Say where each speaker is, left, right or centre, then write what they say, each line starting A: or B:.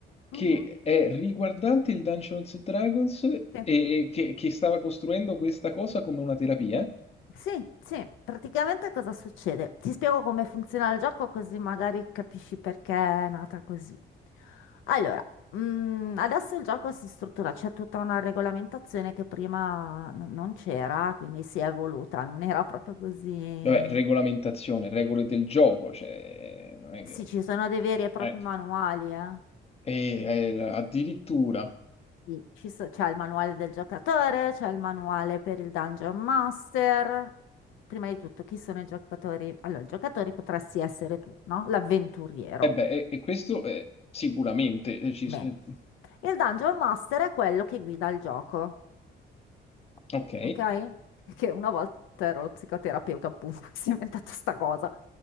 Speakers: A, on the left; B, on the left.
A: che
B: Mhm,
A: è riguardante il Dungeons and Dragons e
B: sì.
A: e che, che stava costruendo questa cosa come una terapia?
B: Sì, sì, praticamente cosa succede? Ti spiego come funziona il gioco così magari capisci perché è nata così. Allora, mm, adesso il gioco si struttura, c'è tutta una regolamentazione che prima n- non c'era, quindi si è evoluta, non era proprio così.
A: Vabbè, regolamentazione, regole del gioco, cioè, non è
B: Sì,
A: che...
B: ci sono dei veri e propri
A: eh,
B: manuali, eh.
A: eh, eh, addirittura...
B: Sì, ci so- c'è il manuale del giocatore, c'è il manuale per il Dungeon Master. Prima di tutto, chi sono i giocatori? Allora, i giocatori potresti essere tu, no? L'avventuriero.
A: E beh, e, e questo è sicuramente... eh, ci
B: Bene.
A: s- eh,
B: Il Dungeon Master è quello che guida il gioco,
A: ok,
B: ok? Che una volta ero lo psicoterapeuta, appunto, <laughs> si è inventata sta cosa.